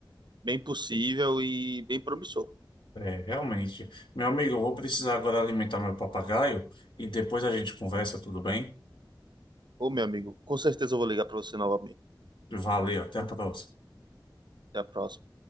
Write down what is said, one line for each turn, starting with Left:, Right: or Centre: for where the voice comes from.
Right: bem possível e bem promissor.
Left: É, realmente. Meu amigo, eu vou precisar agora alimentar meu papagaio e depois a gente conversa, tudo bem?
Right: Ô, meu amigo, com certeza eu vou ligar para você novamente.
Left: Valeu, até a próxima.
Right: Até a próxima.